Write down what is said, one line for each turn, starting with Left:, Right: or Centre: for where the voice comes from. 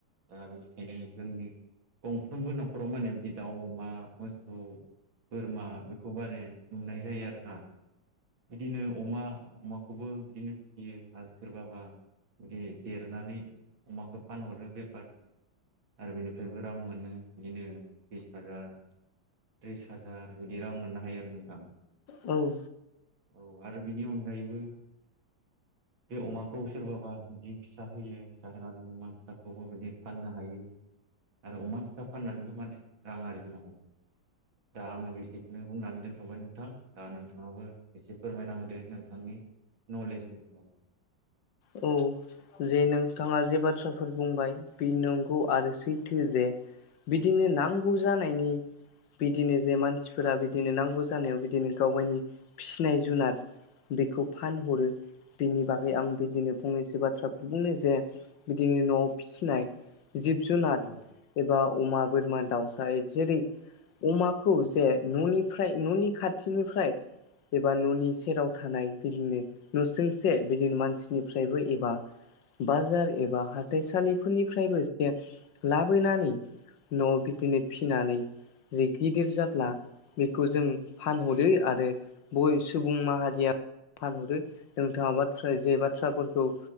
Right: दा बेनिखायनो जोंनि गंफ्रोमबो न'खराव माने बि दाउ अमा मोसौ बोरमा बेखौ बारे नुनाय जायो आरोना बिदिनो अमा अमाखौबो बिदिनो फियो आरो सोरबाबा बिदि देरनानै अमाखो फानहरो बेफारनो आरो बिनिफ्रायबो रां मोनो बिदिनो बिस हाजार त्रिस हाजार बिदि रां मोननो हायो आरो नोंथां।
Left: औ
Right: औ आरो बेनि अनगायैबो बे अमाखौ सोरबाबा इदि फिसा होयो फिसा होनानै अमा फिसाखौबो बिदि फाननो हायो आरो अमा फिसा फाननानैबो माने रां आरजिनो हायो दा आङो बेसेखोनो बुंनानै दोनथ'बाय नोंथां दा नोंथाङाबो एसे फोरमायना होदो नोंथांनि न'लेजनि फाय
Left: औ जे नोंथाङा जे बाथ्राफोर बुंबाय बे नंगौ आरो सैथो जे बिदिनो नांगौ जानायनि बिदिनो जे मानसिफोरा बिदिनो नांगौ जानायाव बिदिनो गावगायनि फिसिनाय जुनाद बिखौ फानहरो बिनि बागै आं बिदिनो फंनैसो बाथ्रा बुंनो जे बिदि न'आव फिसिनाय जिब जुनाद
Right: औ
Left: एबा अमा बोरमा दाउसाय जेरै अमाखौ जे न'निफ्राय न'नि खाथिनिफ्राय एबा न'नि सेराव थानाय बिदिनो न'सुंसे बिदिनो मानसिनिफ्रायबो एबा बाजार एबा हाथाइसालिफोरनिफ्रायबो <unintelligible> लाबोनानै न'आव बिदिनो फिनानै जि गिदिर जाब्ला बेखौ जों फानहरो आरो बय सुबुं माहारिया फानहरो नोंथाङा बाथ्रा जे बाथ्राफोरखौ